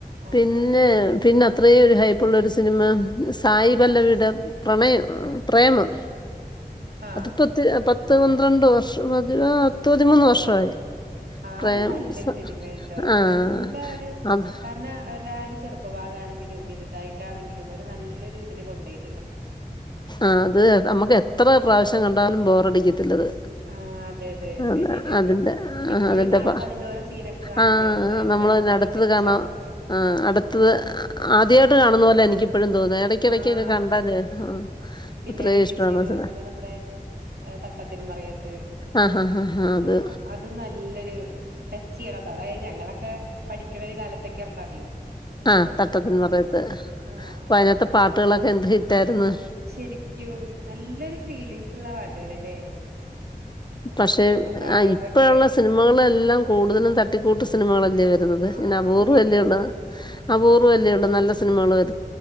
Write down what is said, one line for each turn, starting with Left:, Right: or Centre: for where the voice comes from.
Right: ആഹ്
Left: പിന്നെ പിന്ന അത്രയും ഒരു ഉള്ള ഒരു സിനിമ സായി പല്ലവിയുടെ പ്രണയം പ്രേമം
Right: ആഹ
Left: അത് പത്ത് പത്ത്
Right: ആഹ
Left: പന്ത്രണ്ട് വർഷം പതി ആ, പത്ത് പതിമൂന്ന്
Right: അതെ
Left: വർഷമായി.
Right: ആ
Left: പ്രേം
Right: അതും നല്ലൊരു
Left: സ
Right: സിനിമയാണുട്ടോ
Left: ആഹ്
Right: നല്ല ഒരു
Left: അത്
Right: കാരണം അവരുടെ ഒരു ചെറുപ്പ ഭാഗം ആണെങ്കിലും വലുതായിട്ടാണെങ്കിലും ഒരു നല്ലൊരു ഇതിൽ കൊണ്ടോയി
Left: ആ അത് നമുക്ക് എത്ര പ്രാവശ്യം കണ്ടാലും ബോറടിക്കത്തില്ലത്
Right: ആഹ് അതെ അതെ
Left: അ
Right: അത് ശരിയാട്ടോ
Left: അതിന്റെ
Right: ഇപ്പഴും
Left: ആ അതിന്റെപ്പ
Right: കാണുമ്പോ അതിന്റെ ഓരോ സീനൊക്കെ കാണുമ്പോഴേ
Left: ആ
Right: നമ്മുടെ
Left: നമ്മൾന്നെ
Right: മനസ്സിലങ്ങ്
Left: അടുത്തത്
Right: ടച്ച്
Left: കാണ
Right: ആവണ്ട്
Left: ആ അടുത്തത് ആദ്യമായിട്ട് കാണുന്ന പോലെ എനിക്കിപ്പോഴും തോന്നുന്ന എടയ്ക്കെടയ്ക്കൊക്കെ
Right: ആഹ്
Left: കണ്ടാലേ ആ
Right: പിന്നെ
Left: അത്രയും
Right: വിനീത്
Left: ഇഷ്ടമാണ്
Right: ശ്രീനിവാസന്റെ
Left: സിനിമ
Right: നമ്മടെ തട്ടത്തിന്മറിയത്ത്
Left: ആഹ് ഹാ ഹാ ഹാ അത്
Right: ആ അത് നല്ലൊരു ടച്ച് ചെയ്യണം അ അതായത് ഞങ്ങളെ ക്കെ പഠിക്കണ ഒരു കാലത്തൊക്കെ എർണതെ
Left: ആ തട്ടത്തിൻ മറയത്ത്
Right: ആഹ്
Left: അതിനത്തെ പാട്ടുകളൊക്കെ എന്ത് ഹിറ്റ് ആരുന്നു
Right: അത് ശരിക്കും നല്ലൊരു ഫീലിംഗസ്ള്ള പാട്ടുകള് ല്ലേ
Left: പക്ഷെ
Right: ആഹ് ആ സാഹേബൊക്കെ
Left: ഇപ്പഴുള്ള സിനിമകളെ എല്ലാം കൂടുതലും തട്ടിക്കൂട്ട് സിനിമകള <unintelligible>
Right: ആഹ്
Left: അപൂർവല്ലേള്ളു
Right: അത് ശരിയാ
Left: അപൂർവല്ലേള്ളു
Right: ആഹ്
Left: നല്ല സിനിമകള് വ